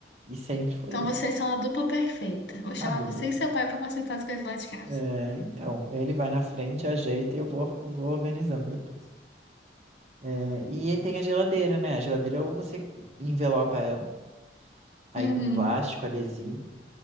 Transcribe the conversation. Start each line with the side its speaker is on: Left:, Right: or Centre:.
Right: E sempre foi
Left: então
Right: isso.
Left: vocês são a dupla perfeita. Vou chamar
Right: A dupla.
Left: você e seu pai pra consertar as coisas lá de casa.
Right: É, então, ele vai na frente, ajeita e eu vou, vou organizando depois. É, e aí tem a geladeira, né? A geladeira ou você envelopa ela, aí
Left: Uhum.
Right: com plástico, adesivo,